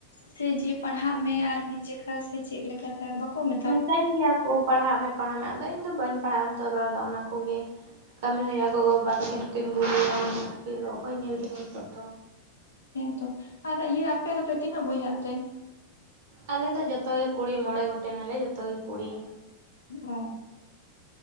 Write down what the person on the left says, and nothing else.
ᱥᱮ ᱡᱮ ᱯᱟᱲᱦᱟᱜ ᱢᱮ ᱟᱨ ᱢᱤᱫ ᱡᱚᱠᱷᱟ ᱥᱮ ᱪᱮᱫ ᱞᱮᱠᱟᱛᱮ ᱟᱨ ᱵᱟᱠᱚ ᱢᱮᱱᱟ
ᱦᱮᱸᱛᱚ ᱟᱨ ᱤᱭᱟᱹ ᱟᱯᱮ ᱫᱚᱯᱮ ᱛᱤᱱᱟᱹᱜ ᱵᱚᱭᱦᱟᱜ ᱛᱮ
ᱚ